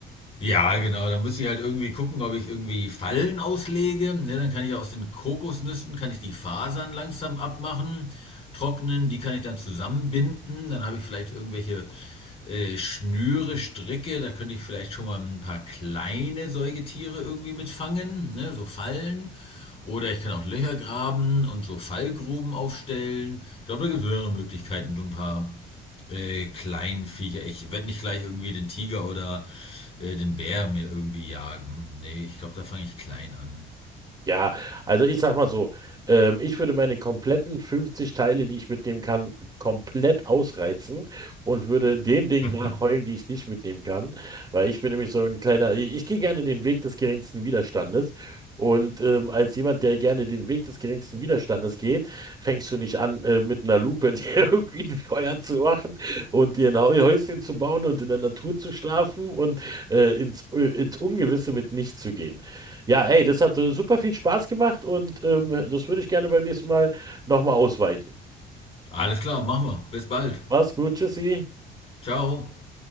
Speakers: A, on the left (about 35°); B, on the right (about 25°).
A: Ja, genau. Da muss ich halt irgendwie gucken, ob ich irgendwie Fallen auslege. Ne, dann kann ich aus den Kokosnüssen, kann ich die Fasern langsam abmachen, trocknen, die kann ich dann zusammenbinden. Dann habe ich vielleicht irgendwelche äh, Schnüre, Stricke. Da könnte ich vielleicht schon mal ein paar kleine Säugetiere irgendwie mitfangen, ne, so Fallen. Oder ich kann auch Löcher graben und so Fallgruben aufstellen. Ich glaube, da gibt es mehrere Möglichkeiten, so ein paar äh, kleinen Viecher. Ich werde nicht gleich irgendwie den Tiger oder äh, den Bär mir irgendwie jagen. Nee, ich glaube, da fange ich klein an.
B: Ja, also ich sag mal so, ähm, ich würde meine kompletten 50 Teile, die ich mitnehmen kann, komplett ausreizen und würde den Dingen
A: <laughs>
B: nachheulen, die ich nicht mitnehmen kann, weil ich bin nämlich so ein kleiner, ich, ich gehe gerne den Weg des geringsten Widerstandes und ähm, als jemand, der gerne den Weg des geringsten Widerstandes geht, fängst du nicht an, äh, mit einer Lupe <laughs> dir irgendwie ein Feuer zu machen und dir ein Heu- Häuschen zu bauen und in der Natur zu schlafen und äh, ins, äh, ins Ungewisse mit nichts zu gehen. Ja, ey, das hat äh, super viel Spaß gemacht und ähm, das würde ich gerne beim nächsten Mal nochmal ausweiten.
A: Alles klar, machen wir. Bis bald.
B: Mach's gut, tschüssi.
A: Ciao.